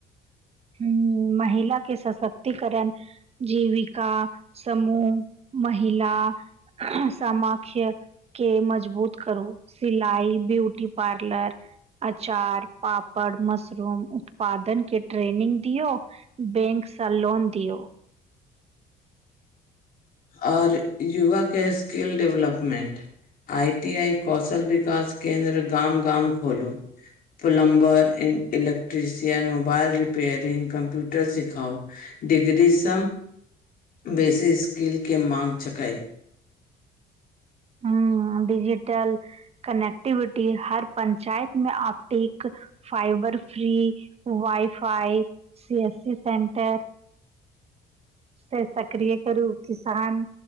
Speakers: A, on the right; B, on the left.
A: हम्म महिला के सशक्तिकरण जीविका, समूह, महिला, सामाख्य के मजबूत करू, सिलाइ, ब्यूटी पार्लर अचार, पापड़, मशरूम उत्पादन के ट्रेनिंग दियौ, बैंक सऽ लोन दियौ।
B: और युवा के skill development I T I, कौशल विकास केन्द्र गाम-गाम खोलू। पलम्बर ऐन इलेक्ट्रिसियन, मोबाइल रिपेयरिंग, कम्प्यूटर सिखाउ डीग्रीसंम बेसी स्किल के मांग छकए।
A: हम्म डिजिटल कनेक्टिविटी, हर पंचायत मे optic fibre free, wifi, C S C centre से सक्रिय करू, किसान